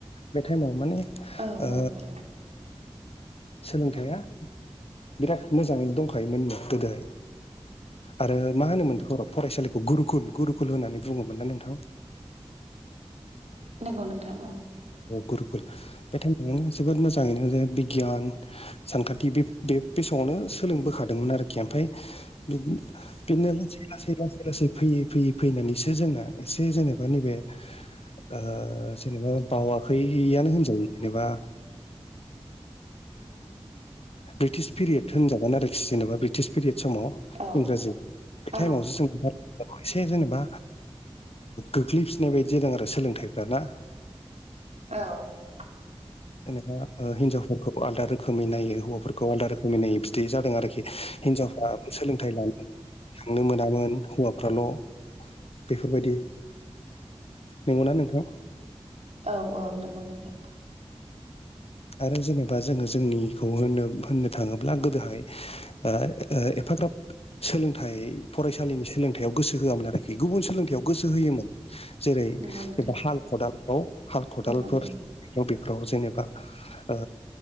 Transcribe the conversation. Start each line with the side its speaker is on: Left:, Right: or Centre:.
Left: बे टाइमाव माने
Right: औ
Left: ओ
Right: औ औ
Left: सोलोंथाइया बिराद मोजाङैनो दंखायोमोन गोदोहाय। आरो मा होनोमोनदों र' फरायसालिखौ गुरुखुल गुरुकुल होननानै बुङोमोन ना नोंथां।
Right: नंगौ नोंथां औ
Left: गुरुकुल बेथाइनानै जोबोद मोजाङैनो ज बिगियान सानखान्थि बे बे बे समावनो सोलोंबोखादोंमोन आरोखि ओमफफ्राय बिदि <unintelligible> बिदिनो लासै लासै लासै लासै फैयै फैयै फैनानैसो जोंना एसे जेनेबा नैबे ओ जेनेबा बावाखैयानो होनजायो जेनेबा ब्रिटिश पिरियद होनजागोन आरोखि जेनेबा ब्रिटिश पिरियद समाव
Right: औ
Left: इंराजि बे
Right: औ
Left: टाइमावसो जों एसे जेनेबा गोग्लैफिननाय बायदि जादों आरो सोलोंथाइफोरा ना
Right: औ
Left: जेनेबाह ओ हिनजाफोरखौ आलदा रोखोमै नायो हौवाफोरखौ आलदा रोखोमै नायो बिदि जादों आरोखि। आरोखि हिनजावफ्राबो सोलोंथाइ लानो थांनो मोनामोन हौवाफ्राल' बेफोरबायदि नंगौना नोंथां?
Right: औ औ नंगौ नगौ
Left: आरो जेनेबा जोङो जोंनिखौ होन होननो थाङोब्ला गोदोहाय ओ ओ एफाग्राब सोलोंथाइ फरायसालिनि सोलोंथायाव गोसो होआमोन आरोखि गुबुन सोलोंथाइ याव गोसो होयोमोन जेरै
Right: नंगौ नोंथां
Left: जबा हाल खदालफ्राव हाल खदालफोर
Right: नंगौ नंगौ
Left: बेफोराव जेनेबा ओ